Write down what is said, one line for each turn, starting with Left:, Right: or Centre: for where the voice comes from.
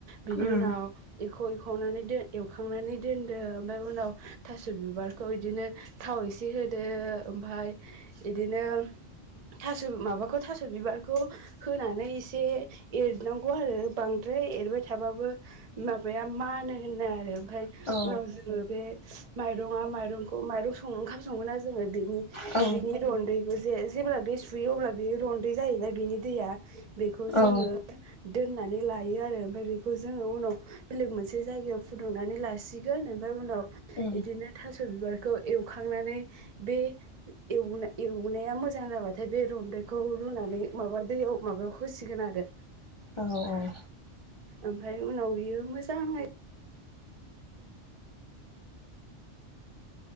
Right: बिनि
Left: उम
Right: उनाव एख' एखनानै द एवखांनानै दोनदों ओमफफ्राय उनाव थास' बिबारखौ इदिनो थाव इसे होदो ओमफाय बिदिनो ओं थास' माबाखौ थास' बिबारखौ होनानै एसे एरनांगौ आरो बांद्राय द्राय एरबाय थाबाबो माबाया मानो होनो आरो ओमफ्राय
Left: औ
Right: उनाव जोङो बे माइरङा माइरंखौ माइरं सं ओंखाम सङोना जोङो बेनि
Left: औ
Right: बिनि रनदैखौ जे जेब्ला दै सुयो अब्ला बे रनदै जायोना बिनि दैया बेखौ जोङो
Left: औ
Right: दोननानै लायो आरो ओमफ्राय बेखौ जोङो उनाव बेलेग मोनसे जायगायाव फुदुंनानै लासिगोन ओमफ्राय उनाव
Left: उम
Right: बिदिनो थास' बिबारखौ एवखांनानै बे एवनाया मोजां जाबाथाय बे रनदैखौ रुनानै माबा दैयाव माबायाव होसिगोन आरो बे
Left: औ औ
Right: ओमफफ्राय उनाव बियो मोजाङै